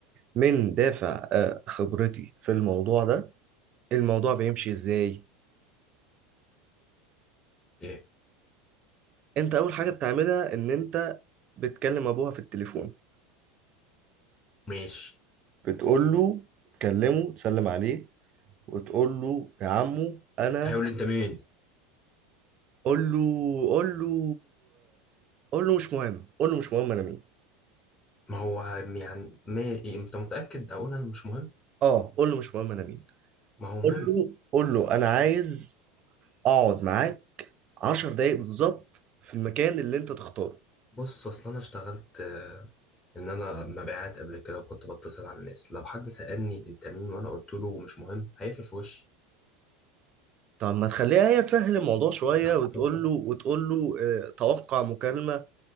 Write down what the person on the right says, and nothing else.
من دافع آه، خبرتي في الموضوع ده الموضوع بيمشي ازاي
انت اول حاجه بتعملها ان انت بتكلم ابوها في التليفون
بتقول له تكلمه تسلم عليه وتقول له يا عمو انا
قول له قول له قول له مش مهم قول له مش مهم انا مين
اه قول له مش مهم انا مين
قول له قول له انا عايز اقعد معاك عشر دقايق بالظبط في المكان اللي انت تختاره
طب ما تخليها هي تسهل الموضوع شويه
وتقول له وتقول له اه، توقع مكالمه